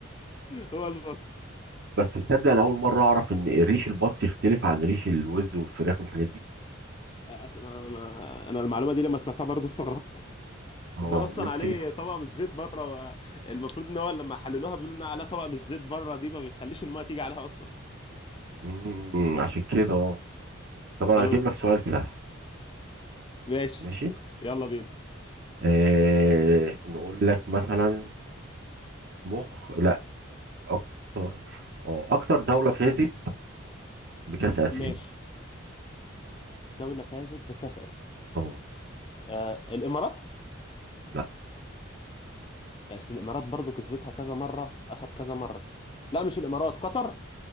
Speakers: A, on the left; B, on the right.
A: <laughs> هو البط
B: بس تصدق انا اول مره اعرف ان ريش البط يختلف عن ريش الوز والفراخ والحاجات دي
A: آه، أس- انا أنا المعلومه دي لما سمعتها برضه استغربت
B: اه
A: ازاي اصلا
B: يمكن
A: عليه
B: يكون
A: طبقه من الزيت بره المفروض ان هو لما حللوها بيقولوا انها عليها طبقه من الزيت بره دي ما بتخليش المايه تيجي عليها اصلا
B: مم، عشان كده اه طب انا
A: امم
B: هجيب لك سؤال سهل
A: ماشي
B: ماشي
A: يلا بينا
B: آه نقول لك مثلا مخ اكتر اه اكتر دولة فازت بكأس آسيا
A: ماشي دولة فازت بكأس آسيا
B: اه
A: آه الإمارات
B: لا
A: بس الإمارات برضو كسبتها كذا مرة آخر كذا مرة لا مش الإمارات قطر